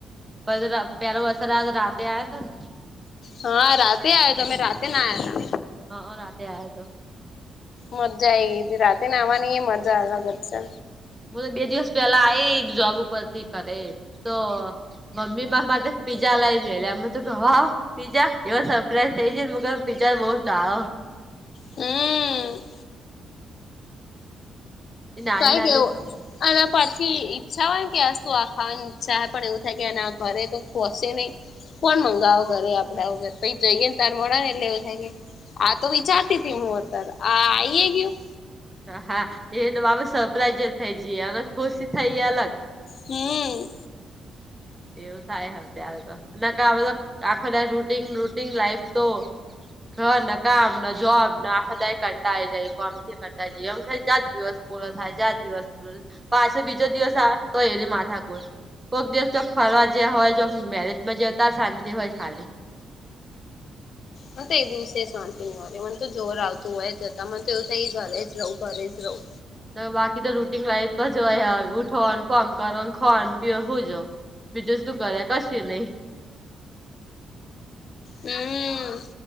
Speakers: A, on the right; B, on the left.
A: પ પે અસર આ રાતે આ હતો ને
B: હા રાતે આવ્યો તમે રાતે ના આવ્યા ત
A: હા રાતે આયા તો
B: મજા આ ગઈ હતી રાતે ને આવવાની એ મજા અલગત છે
A: હ તો બે દિવસ પેલા આ જોબ ઉપર થી કરે તો મમ્મી માટે પીઝજા લાવ લઈ એટલે એમે તો ગવા આવ પીઝજા એવ સરપ્રાાઈઝ થઈ જ છે હ પી્જા બહુ સાવ
B: હમ
A: એ નાની
B: કઈ
A: નાની
B: કેવું અને પછી ઈચ્છા હોય કે આું આ ખાવાની ઈચ્છા પણ એવું થાય કે ઘરે તો ખસે નહી કોણ મંગાવો ઘરે આપડા વગર પછ જઈ ગએ ને તાર મળ ને એટલે એવું થાય આ તો વિચારતી હતી હુંત આ આઈએ ગયું
A: હા એને અમે સરપ્રાઈઝ જ થઈ જઈએ અને ખુશી થઈ અલગ
B: હમ.
A: એવું થાયત્યારે તો ના ક આખો રૂટન રૂટન લાઈફ તો હ ના કામ ના જોબ ના આખો દ કંટા આ જાય કોમથી યજી એમ ખાલી ચાર દિવસ પૂરો થાય ચાર દિવસ પૂરો પાછો બીજો દિવસ આ તો એ માથાકુશ કોઈક દિવસ જોક ફરવા જયા હોય જો મેરેજમાં જ શાંતિ હોય ખાલી
B: હ તો એ વિશેષ વાનંતી નહી મા મને તો જોર આવતું હોય જતા મને તો એવું થાય ઘરે જ રહવું ઘરે જ રહવું
A: બાકી તો રૂટીન લાઈફ જોય ઉઠો ફમ કર ખો પી હું જો બીજું તું કરે કશે નહી
B: હમ